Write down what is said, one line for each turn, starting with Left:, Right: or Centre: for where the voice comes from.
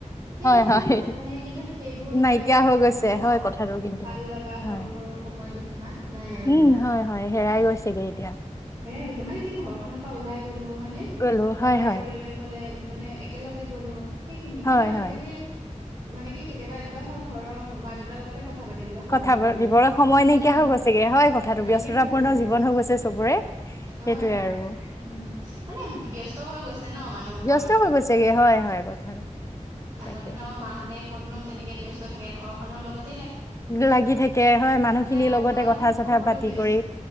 Right: সেইবিলাক
Left: হয় হয়
Right: মানে লাহে লাহে কিন্তু সেইবোৰ
Left: নাইকিয়া
Right: মানে
Left: হৈ গৈছে
Right: অ
Left: হয় কথাটো কিন্তু।
Right: ভাল লগা
Left: হয়
Right: সৰু সৰু, সময় কিছুমান নাই আৰু
Left: উম
Right: তোমাৰ।
Left: হয় হয় হেৰাই গৈছেগে এতিয়া
Right: হেৰাই গৈছে মানে কি ঘৰখনৰ পৰা ওলাই। মানে
Left: গ'লো
Right: বাহিৰা
Left: হয় হয়
Right: পৰিৱেশ হলে মানে একেলগে গ'লো। সেইখিনি
Left: হয়
Right: কিন্তু আজিকালি
Left: হয়
Right: মানে কি কেতিয়াবা এনেকুৱা হয় ঘৰৰ মা দেউতাৰ লগতে। কথা পাতিবলৈ সময়
Left: কথাবোৰ
Right: নহয়গে।
Left: দিবৰে সময়
Right: উম,
Left: নাইকিয়া হৈ গৈছেগে হয় কথাটো
Right: নাইকিয়া
Left: ব ব্যস্ততাপূৰ্ণ
Right: হৈ গৈছে।
Left: জীৱন হৈ গৈছে চবৰে। সেইটোৱে
Right: হয়, হয়।
Left: আৰু।
Right: উম, মানে ব্যস্ত হৈ গৈছে ন মানুহবোৰ।
Left: ব্যস্ত হৈ গৈছে গে হয় হয় কথাটো।
Right: আগৰ
Left: তাকে
Right: দিনৰ মাহঁতে ক'তনো তেনেকে ব্যস্ত থাকে ঘৰখনৰ লগত।
Left: লাগি থাকে হয় মানুহখিনিৰ
Right: আৰু
Left: লগতে
Right: আও
Left: কথা চথা
Right: সকলো
Left: পাতি
Right: ব্যস্ত।
Left: কৰি।